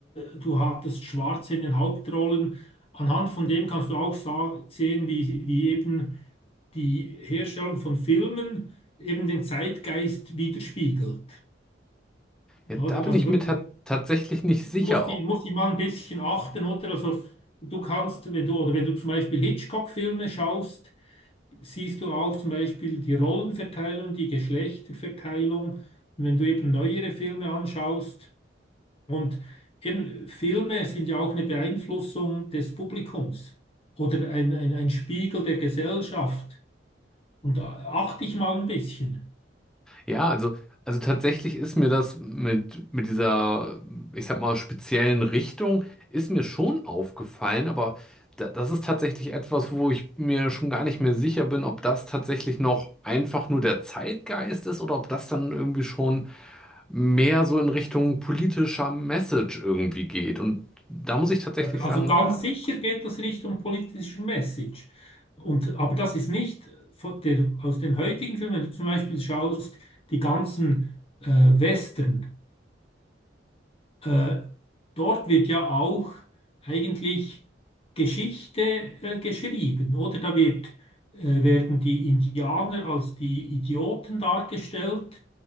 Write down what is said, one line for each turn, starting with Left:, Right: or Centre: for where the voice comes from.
Left: du hattest Schwarze in den Hauptrollen. Anhand von dem kannst du auch sa- sehen, wie, wie eben die Herstellung von Filmen eben den Zeitgeist widerspiegelt.
Centre: Ja, da
Left: Oder?
Centre: bin
Left: Also
Centre: ich
Left: da,
Centre: mir
Left: da
Centre: ta tatsächlich nicht sicher,
Left: muss die, muss die mal ein bisschen achten, oder? Also du kannst, wenn du, oder wenn du zum Beispiel Hitchcock-Filme schaust, siehst du auch zum Beispiel die Rollenverteilung, die Geschlechterverteilung. Und wenn du eben neuere Filme anschaust, und eben Filme sind ja auch eine Beeinflussung des Publikums oder ein, ein, ein Spiegel der Gesellschaft. Und da achte ich mal ein bisschen.
Centre: Ja, also, also tatsächlich ist mir das mit, mit dieser, ich sag mal, speziellen Richtung, ist mir schon aufgefallen, aber da, das ist tatsächlich etwas, wo ich mir schon gar nicht mehr sicher bin, ob das tatsächlich noch einfach nur der Zeitgeist ist oder ob das dann irgendwie schon mehr so in Richtung politischer Message irgendwie geht. Und da muss ich tatsächlich
Left: Ja, Also
Centre: sagen,
Left: ganz sicher geht das Richtung politischer Message. Und, aber das ist nicht von der, aus den heutigen Filmen, wenn du zum Beispiel schaust, die ganzen äh, Western, äh, dort wird ja auch eigentlich Geschichte äh, geschrieben, oder? Da wird, äh, werden die Indianer als die Idioten dargestellt